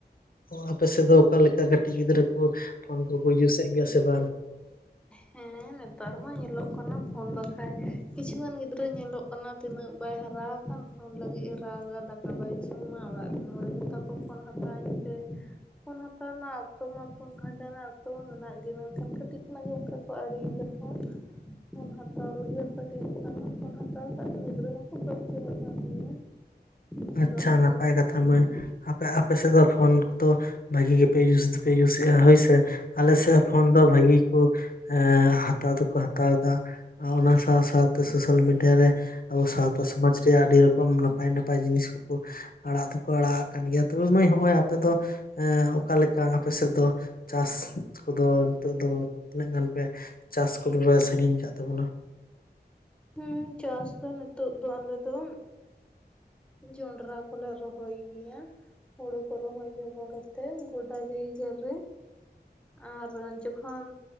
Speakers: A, on the left; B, in the centre.
A: ᱚ ᱟᱯᱮ ᱥᱮᱫ ᱫᱚ ᱚᱠᱟᱞᱮᱠᱟ ᱠᱟᱹᱴᱤᱡ ᱜᱤᱫᱽᱨᱟᱹ ᱠᱚ ᱯᱷᱳᱱ ᱠᱚ ᱠᱚ ᱤᱭᱩᱥᱮᱫ ᱜᱮᱭᱟ ᱥᱮ ᱵᱟᱝ?
B: ᱦᱮᱸ ᱱᱮᱛᱟᱨ ᱢᱟ ᱧᱮᱞᱚᱜ ᱠᱟᱱᱟ ᱯᱷᱳᱱ ᱵᱟᱠᱷᱟᱡ ᱠᱤᱪᱷᱩᱜᱟᱱ ᱜᱤᱫᱽᱨᱟᱹ ᱧᱮᱞᱚᱜ ᱠᱟᱱᱟ, ᱛᱤᱱᱟᱹᱜ ᱵᱟᱭ ᱦᱟᱨᱟ ᱟᱠᱟᱱ ᱯᱷᱳᱱ ᱞᱟᱹᱜᱤᱫ ᱮ ᱨᱟᱜᱟ, ᱫᱟᱠᱟ ᱵᱟᱭ <unintelligible> ᱚᱲᱟᱜ ᱨᱮᱱ ᱦᱚᱲ ᱠᱚ ᱢᱮᱛᱟ ᱠᱚ ᱯᱷᱳᱱ ᱦᱟᱛᱟᱣᱟᱹᱧ ᱯᱮ᱾ ᱯᱷᱳᱱ ᱦᱟᱛᱟᱣ ᱚᱠᱛᱚ ᱢᱟ ᱯᱷᱳᱱ ᱜᱟᱱᱴᱟ ᱨᱮᱱᱟᱜ ᱚᱠᱛᱚ ᱢᱟ ᱢᱮᱱᱟᱜ ᱜᱮ ᱢᱮᱱᱠᱷᱟᱱ ᱠᱟᱹᱴᱤᱡ ᱠᱷᱚᱱᱟᱜ ᱜᱮ ᱚᱱᱠᱟ᱾ ᱠᱚ ᱟᱲᱤ ᱮᱫᱟ᱾ ᱯᱷᱳᱱ ᱦᱟᱛᱟᱣ ᱞᱟᱹᱜᱤᱫ ᱠᱟᱹᱴᱤᱡ ᱠᱟᱱᱟ ᱯᱷᱳᱱ ᱦᱟᱛᱟᱣ ᱠᱷᱟᱡ ᱫᱚ ᱜᱤᱫᱽᱨᱟᱹ ᱢᱟ᱾ ᱵᱟᱠᱚ ᱯᱚᱨᱤᱪᱚᱭᱚᱜ ᱠᱟᱱ ᱜᱮᱭᱟ
A: ᱟᱪᱪᱷᱟ
B: ᱟᱫᱚ ᱚᱱᱠᱟᱜ
A: ᱱᱟᱯᱟᱭ
B: ᱜᱮ ᱧᱮᱞᱚᱜ
A: ᱠᱟᱛᱷᱟ
B: ᱠᱟᱱᱟ᱾
A: ᱢᱟᱹᱭ ᱟᱯᱮ ᱟᱯᱮ ᱥᱮᱫ ᱫᱚ ᱯᱷᱳᱱ ᱠᱚᱫᱚ ᱵᱷᱟᱜᱤ ᱜᱮᱯᱮ ᱤᱭᱩᱥ ᱫᱚᱯᱮ ᱤᱭᱩᱥ ᱮᱜᱼᱟ ᱦᱳᱭ ᱥᱮ ᱟᱞᱮ ᱥᱮᱭᱟᱜ ᱯᱷᱳᱱ ᱫᱚ ᱵᱷᱟᱹᱜᱤ ᱠᱚ ᱦᱮᱸ ᱦᱟᱛᱟᱣ ᱫᱚᱠᱚ ᱦᱟᱛᱟᱣ ᱮᱫᱟ᱾ ᱟᱨ ᱚᱱᱟ ᱥᱟᱶ ᱥᱟᱶᱛᱮ ᱥᱳᱥᱟᱞ ᱢᱤᱰᱤᱭᱟ ᱨᱮ ᱟᱵᱚ ᱥᱟᱶᱛᱟ ᱥᱚᱢᱟᱡᱽ ᱨᱮᱭᱟᱜ ᱟᱹᱰᱤ ᱨᱚᱠᱚᱢ ᱱᱟᱯᱟᱭ ᱱᱟᱯ ᱱᱟᱯᱟᱭ ᱡᱤᱱᱤᱥ ᱠᱚᱠᱚ ᱟᱲᱟᱜ ᱫᱚᱠᱚ ᱟᱲᱟᱜ ᱟᱜ ᱠᱟᱱ ᱜᱮᱭᱟ ᱛᱚᱵᱮ ᱢᱟᱸᱭ ᱱᱚᱜᱼᱚᱭ ᱟᱯᱮ ᱫᱚ? ᱮᱸ ᱚᱠᱟ ᱞᱮᱠᱟ ᱟᱯᱮ ᱥᱮᱫ ᱫᱚ ᱪᱟᱥ ᱠᱚᱫᱚ ᱱᱤᱛᱚᱜ ᱫᱚ ᱛᱤᱱᱟᱹᱜ ᱜᱟᱱ ᱯᱮ ᱪᱟᱥ ᱠᱚᱫᱚ <unintelligible> ᱥᱟᱺᱜᱤᱧ ᱟᱠᱟᱫ ᱛᱟᱵᱚᱱᱟ᱾
B: ᱦᱩᱸ ᱪᱟᱥ ᱫᱚ ᱱᱤᱛᱳ ᱫᱚ ᱟᱞᱮ ᱫᱚ ᱡᱚᱱᱰᱨᱟ ᱠᱚᱞᱮ ᱨᱚᱦᱚᱭ ᱜᱮᱭᱟ, ᱦᱩᱲᱩ ᱠᱚ ᱨᱚᱦᱚᱭ ᱪᱟᱵᱟ ᱠᱟᱛᱮᱫ᱾ ᱜᱚᱰᱟ ᱡᱟᱭᱜᱟ ᱨᱮ᱾ ᱟᱨ ᱡᱚᱠᱷᱚᱱ